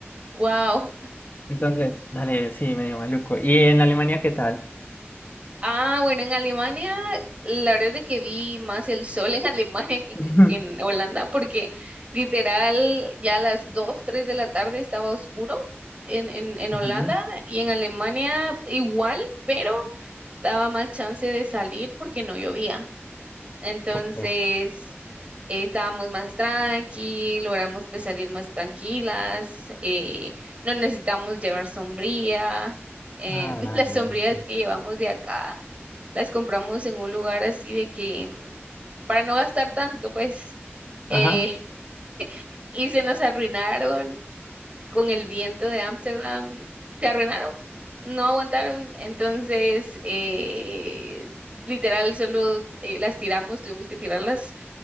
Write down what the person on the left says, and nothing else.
Entonces, dale, sí, medio maluco. ¿Y en Alemania qué tal?
<laughs>
Ujú.
Ok.
Ah,
dale,
dale.
sí.
Ajá,